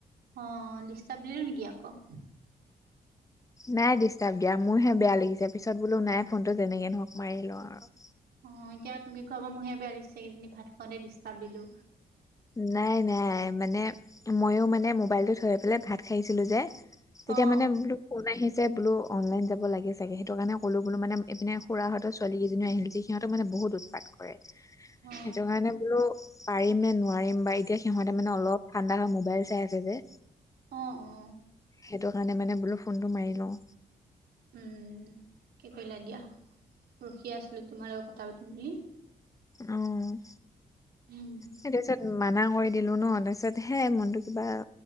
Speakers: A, on the right; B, on the left.
A: অ ডিষ্টাৰ্ব দিলো নেকি আকৌ?
B: নাই ডিষ্টাব দিয়া, মোৰহে বেয়া লাগিছে পিছত বোলো নাই ফোনটো যেনেকে নহক মাৰি লওঁ আৰু।
A: অ এতিয়া তুমি কোৱা পা মোহে বেয়া লাগিছে, কিজানি ভাত খোওঁতে ডিষ্টাৰ্ব দিলো।
B: নাই নাই মানে মইো মানে মোবাইলটোত থৈ পেলাই ভাত খাইছিলো যে তেতিয়া
A: অ
B: মানে বোলো ফোন আহিছে বোলো অনলাইন যাব লাগে চাগে সেইটো কাৰণে ক'লো বোলো মানে এইপিনে খুৰাহঁতৰ ছোৱালী কিজনী আহিলি যে। সিহঁতে মানে বহুত উৎপাত কৰে
A: অ
B: সেইটো কাৰণে বোলো পাৰি নো পাৰিম বা এতিয়া সিহঁতে মানে অলপ ঠাণ্ডা হয় মোবাইল চাই আছে যে।
A: অঁ অঁ।
B: সেইটো কাৰণে মানে বোলো ফোনটো মাৰি লওঁ।
A: উম, কি কৰিলা দিয়া। ৰখিয়ে আছিলোঁ তোমাৰ লগত কথা পাতিম বুলি।
B: উ
A: উম।
B: সেই তাৰপিছত মানা কৰি দিলো ন তাৰপিছত হে মনটো কিবা